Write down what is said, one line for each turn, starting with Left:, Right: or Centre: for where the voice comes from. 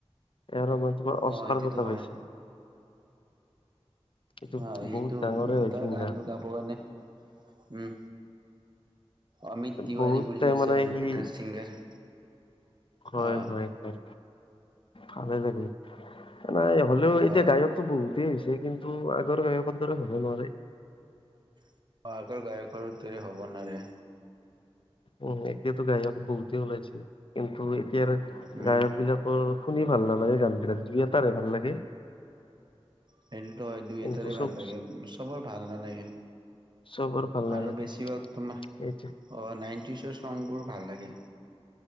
Left: এ আৰ ৰহমানে তোমাৰ অস্কাৰ
Right: অ এইটোতো
Left: বঁটা
Right: হয়
Left: পাইছে। এইটো
Right: অ এইটো
Left: বহুত ডাঙৰে হয়
Right: তাৰ
Left: ছিংগাৰ
Right: গানটো গাব কাৰণে উম। অমিত তিৱাৰী
Left: বহুতে
Right: বুলি আছে
Left: মানে
Right: আৰু
Left: সি
Right: এটা ছিংগাৰ।
Left: হয়
Right: অ
Left: হয় হয় ভালে লাগে। নাই হ'লেও এতিয়া
Right: অ
Left: গায়কতো বহুতেই হৈছে। <unintelligible> কিন্তু আগৰ গায়কৰ দৰে হ'ব নোৱাৰে।
Right: <unintelligible> গায়কৰ দৰে হ'ব নোৱাৰে।
Left: উম, এতিয়াতো গায়ক বহুতে ওলাইছে, কিন্তু এতিয়াৰ
Right: উম
Left: গায়ক বিলাকৰ শুনি ভাল নালাগে গান বিলাক দুই এটাৰে ভাল লাগে।
Right: সেইটোতো হয়, দুই
Left: কিন্তু
Right: এটাৰে
Left: চব
Right: ভাল লাগে, চবৰ ভাল নালাগে।
Left: চবৰ ভাল নালাগে
Right: আৰু বেছিভাগ তোমাৰ অ',
Left: সেইটো
Right: নাইন টিছৰ চংবোৰ ভাল লাগে।